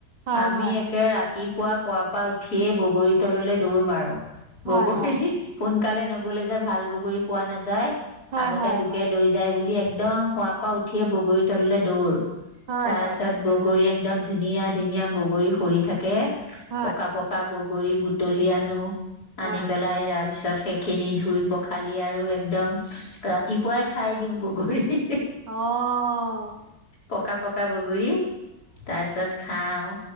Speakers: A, on the right; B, on the left.
A: হয়
B: আমি
A: হয়
B: একে ৰাতি ৰাতিপুৱা শুৱাৰ পৰা উঠিয়েই বগৰী তললৈ দৌৰ মাৰোঁ।
A: হয়
B: বগৰী
A: হয় হয়
B: সোনকালে ন গ'লে যে ভাল বগী পোৱা নাযায়।
A: হয়
B: আগতে
A: হয়
B: লোকে লৈ যায় বুলি এক একদম শুৱ পৰা উঠিয়ে বগৰী তললৈ দৌৰ।
A: হয়
B: তাৰপাছত
A: হয়
B: বগৰী এক দম ধুনীয়া ধুনীয়া! বগৰী সৰি থাকে।
A: হয় হয়
B: পকা পকা বগৰী গৰী বুটলি আনোঁ।
A: হয়
B: আনি পেলাই তাৰ পিছত সেইখিনি ধুই-পখালি আৰু একদম ৰাতিপুৱাই খাই দিওঁ বগৰী।
A: অ'হ-।
B: পকা পকা বগৰী তাৰপাছত খাওঁ।